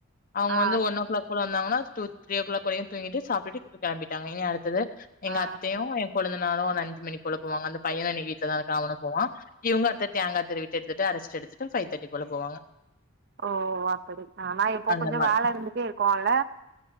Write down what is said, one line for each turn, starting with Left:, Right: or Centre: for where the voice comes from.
Left: அவங்க
Right: ஆ
Left: வந்து ஒன் ஓ கிளாக் போல வந்தாங்கன்னா ஸ்டூத் த்ரீ ஓ கிளாக் வரையு தூங்கிட்டு சாப்ட்டுட்டு இப்ப கெளம்பிட்டாங்க இனி அடுத்தது எங்க
Right: ஆ
Left: அத்தையு என் கொழுந்தனாரு அஞ்சு மணி போல போவாங்க அந்த பையனு இன்னக்கி <unintelligible> போவோ இவங்க அத்த தேங்கா துருவிட்டு எடுத்துட்டு அரச்சிட்டு எடுத்துட்டு ஃபைவ் தேர்ட்டி போல போவாங்க
Right: ஓ அப்படி ஆனா இப்போ
Left: அந்த
Right: கொஞ்ச
Left: மா
Right: வேல இருந்துட்டே இருக்கோல்ல